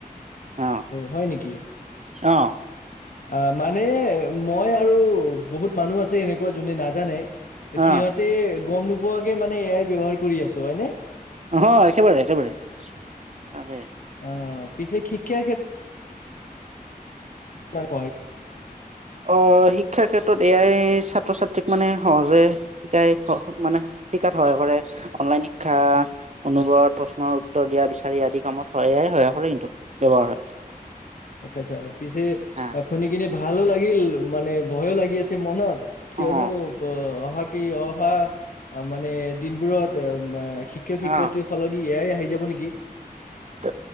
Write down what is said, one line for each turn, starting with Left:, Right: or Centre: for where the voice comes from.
Right: অ
Left: হয় নেকি
Right: অঁ
Left: অ মানে মই আৰু বহুত মানুহ আছে এনেকুৱা যোনে নাজানে ত সিহঁতে
Right: অ
Left: গম নোপোৱাকে মানে এ আই ব্যৱহাৰ কৰি আছে তয়নে
Right: অহ একেবাৰে একেবাৰে তাকে
Left: অ পিছে শিক্ষাৰ পাৰে
Right: অ শিক্ষাৰ ক্ষেত্ৰত এ আয়ে ছাত্ৰ ছাত্ৰীক মানে সহজে শিকাই মানে শিকাত সহায় কৰে অনলাইন শিক্ষা অনুবাদ প্ৰশ্নৰ উত্তৰ দিয়া বিচাৰি আদি কামত এ আয়ে সহায় কৰে কিন্তু ব্যৱহাৰ হয়
Left: আচ্ছা আচ্ছা পিছে
Right: হা
Left: শুনি কিনে ভালো লাগিল মানে ভয়ো লাগি আছে মনত কিয়নো
Right: অ'
Left: ব অহা বাকী অহা মানে দিনবোৰত উম এ শিক্ষক শিক্ষয়িত্ৰী
Right: অ'
Left: সলনি এ আই আহি যাব নেকি
Right: ত